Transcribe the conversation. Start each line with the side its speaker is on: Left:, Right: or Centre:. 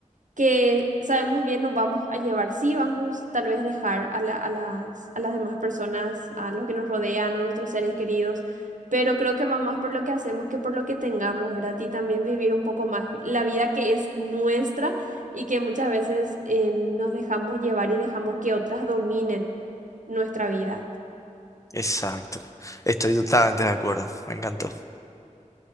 Right: que sabemos bien nos vamos a llevar, sí vamos tal vez dejar a la- a las, a las demás personas, a los que nos rodean, a nuestros seres queridos, pero creo que va más por lo que hacemos que por lo que tengamos, ¿verdad? Y también vivir un poco más la vida que es nuestra y que muchas veces eh, nos dejamos llevar y dejamos que otras dominen nuestra vida.
Left: Exacto. Estoy totalmente de acuerdo. Me encantó.